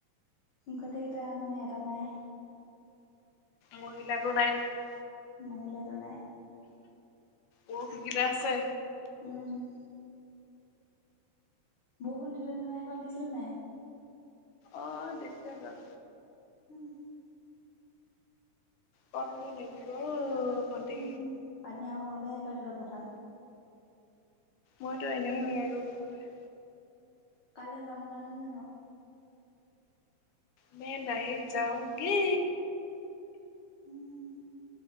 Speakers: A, on the left (about 55°); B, on the left (about 75°).
A: গোটেই কেইটাই মানে এটা নাই
B: মহিলাটোৰ নাই নেকি
A: মহিলাটো নাই
B: উম হুহ <unintelligible> আছে
A: উম বৰষুণ দিলে নহয় সেফালে দিছিলে নাই
B: অ দিছে <unintelligible>
A: উম
B: কতনো নিদিব অ ভণ্টি
A: উম পানী আৰু হ'লহে হপাই তহঁত পথাত
B: মইতো এনেও নোৱাৰো ৰু ৰুবলে
A: কাইলে যাম বোলা নহয় জানো
B: মে নেহী যাওঁংগী
A: উম